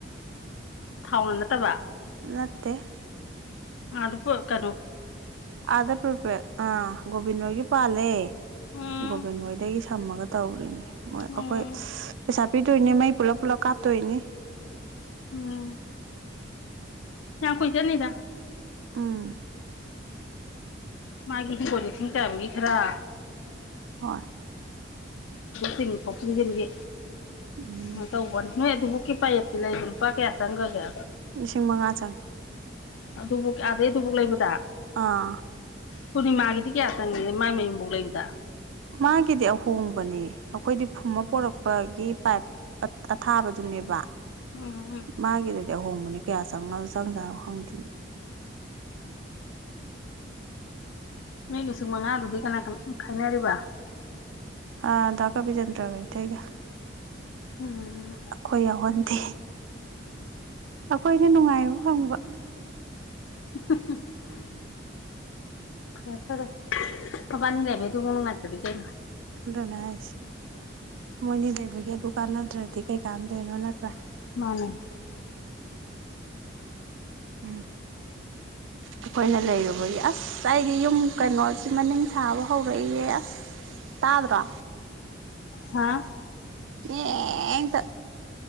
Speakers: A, on the left; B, on the right.
A: ꯊꯥꯎꯅ ꯅꯠꯇꯕ
B: ꯅꯠꯇ
A: ꯗꯤ ꯄ ꯀꯅꯣ
B: ꯑꯗ ꯄꯨꯄꯦ ꯑꯥ ꯒꯣꯕꯤꯟꯣꯣꯏꯒꯤ ꯄꯥꯜꯂꯦ
A: ꯎꯝ
B: ꯣꯕꯦꯟ ꯍꯗ ꯊꯝꯃꯒ ꯇꯧꯔꯤꯅꯦ ꯃꯣꯏ
A: ꯎꯝ
B: ꯑꯩꯈꯣꯏ ꯄꯩꯁꯥ ꯄꯤꯗꯣꯏꯅꯦ ꯃꯥꯏ ꯄꯨꯂꯞ ꯄꯨꯂꯞ ꯀꯥꯇꯣꯏꯅꯤ
A: ꯎꯝ ꯌꯥ ꯈꯨꯣꯏ ꯆꯅꯤꯗ
B: ꯎꯝ
A: ꯃꯥꯒꯤꯁꯨ ꯀ ꯊ ꯀꯒꯤ ꯈꯔ
B: ꯍꯣꯏ
A: ꯆꯤꯡ ꯐꯧꯆꯤꯡꯖꯦꯟꯒꯦ
B: ꯎꯝ
A: ꯃ ꯇ ꯎ ꯋꯥꯅꯤ ꯅꯣꯏ ꯑꯗꯨꯐꯥꯎꯀꯤ ꯄꯥꯌꯦꯞꯇꯤ ꯂꯩꯗ ꯂꯨꯄꯥ ꯀꯌꯥ ꯆꯪꯈ꯭ꯔꯒꯦ
B: ꯂꯤꯁꯤꯡ ꯃꯉꯥ ꯆꯪꯉꯦ
A: ꯑꯗꯨꯗꯨꯕꯨꯣꯛꯛ ꯑꯗꯩ ꯗꯨꯕꯨꯛ ꯂꯩꯕ
B: ꯑꯥ
A: ꯄꯨꯔꯅꯤꯃꯥꯒꯤꯗꯤ ꯀꯌꯥ ꯆꯪꯉꯦ ꯃꯥꯏ ꯃꯌꯨꯝꯐꯧ ꯂꯩꯕꯗ
B: ꯃꯥꯒꯗꯦ ꯊꯣꯡꯕꯅꯤ ꯑꯩꯈꯣꯏꯗꯤ ꯐꯨꯝꯕ ꯄꯣꯔꯛꯄꯒꯤ ꯄꯥꯏꯞ ꯑꯊꯥꯕꯗꯨꯅꯦꯕ
A: ꯎꯝ ꯎꯝ
B: ꯃꯥꯒꯤꯗꯗꯤ ꯑꯍꯣꯡꯕꯅꯦ ꯀꯌꯥ ꯆꯪ ꯆꯪꯖꯥꯅꯣ ꯈꯪꯗ꯭ꯔꯤ
A: ꯃꯤ ꯂꯤꯁꯤꯡ ꯃꯉꯥꯗꯨꯗꯤ ꯀꯅꯥ ꯈꯥꯏꯅꯔꯤꯕ
B: ꯑ ꯗꯀꯥꯕꯤꯖꯦꯟꯟꯗ꯭ꯔꯒꯥꯏꯇ ꯑꯩꯒ
A: ꯎꯝ
B: ꯑꯩꯈꯣꯏ ꯌꯥꯎꯍꯟꯗꯦ ꯑꯩꯈꯣꯏꯅ ꯅꯨꯡꯉꯥꯏꯔꯣ ꯐꯪꯕ
A: <unintelligible> ꯍ ꯐꯔ ꯄꯕꯥꯅꯤ ꯂꯩꯦꯃꯤ ꯇ ꯃꯅ ꯉꯥꯏꯇꯗꯤ ꯀꯩ
B: ꯑꯗꯨꯅꯦ ꯍꯥꯏꯁꯦ ꯃꯣꯏꯅꯤ ꯂꯩꯕꯒꯤ ꯗꯨꯀꯥꯟ ꯅꯠꯇ꯭ꯔꯗꯤ ꯀꯩ ꯀꯥꯟꯗꯧꯅꯣ꯭ꯔ
A: ꯃꯥꯅꯦ
B: ꯎꯝ ꯑꯩꯈꯣꯏꯅ ꯂꯩꯔꯨꯕꯒꯤ ꯑꯁ ꯑꯩꯗꯤ ꯌꯨꯝ ꯀꯩꯅꯣꯁꯤ ꯃꯅꯤꯡ ꯁꯥꯕ ꯍꯧꯔꯛꯏꯌꯦꯦ ꯑꯁ ꯇꯥꯕ꯭ꯔꯣ
A: ꯍꯥꯥ
B: ꯌꯦꯇ